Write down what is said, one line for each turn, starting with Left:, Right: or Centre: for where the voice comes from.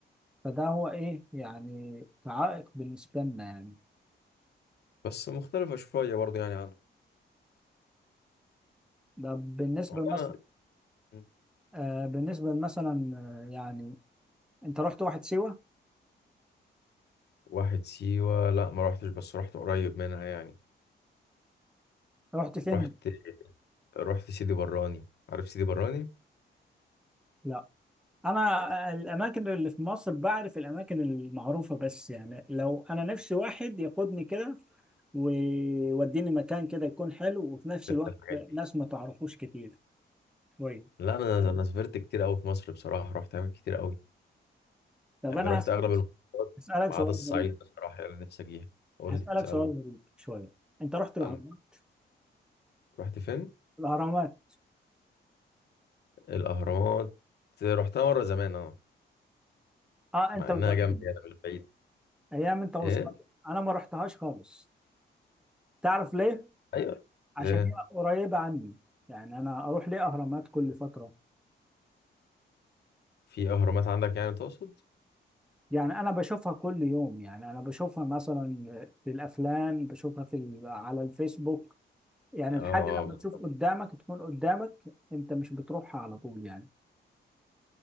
Centre: فده هو ايه يعني كعائق بالنسبه لنا يعني
Left: بس مختلفة شوية برضه يعني عنها
Centre: ده بالنسبه
Left: والله
Centre: مثلا
Left: انا
Centre: آه بالنسبه مثلا آه يعني انت رحت واحد سيوه
Left: واحد سيوة لا ما روحتش بس رحت قريب منها يعني
Centre: رحت فين
Left: رحت رحت سيدي براني عارف سيدي براني
Centre: لا انا آه، الاماكن اللي في مصر بعرف الاماكن المعروفه بس يعني لو انا نفسي واحد ياخدني كده ويوديني مكان كده يكون حلو وفي نفس
Left: سافرت
Centre: الوقت
Left: الحاجات دي
Centre: ناس ما تعرفوش كتير شويه
Left: لا انا انا سافرت كتير قوي في مصر بصراحه رحت اماكن كتير قوي
Centre: طب
Left: يعني
Centre: انا
Left: رحت
Centre: هسألك
Left: اغلب المحافظات
Centre: هسألك
Left: ما
Centre: سؤال
Left: عدا الصعيد
Centre: غريب
Left: بصراحه اللي أنا نفسي اجيها قول
Centre: هسألك
Left: لي اسالني
Centre: سؤال غريب شوية انت رحت الاهرامات
Left: اسالني رحت فين
Centre: الاهرامات
Left: الاهرامات رحتها مره زمان اه
Centre: اه
Left: مع
Centre: انت
Left: انها
Centre: وزمان
Left: جنبي انا مش بعيد
Centre: ايام انت وصغير
Left: ايه
Centre: انا ما رحتهاش خالص تعرف ليه
Left: ايوه
Centre: عشان
Left: لا
Centre: هي قريبة عني يعني انا اروح ليه اهرامات كل فترة
Left: في اهرامات عندك يعني تقصد
Centre: يعني انا بشوفها كل يوم يعني انا بشوفها مثلا في الافلام بشوفها في ال- على الفيسبوك يعني
Left: اه
Centre: الحاجة لما تشوف قدامك تكون قدامك انت مش بتروحها على طول يعني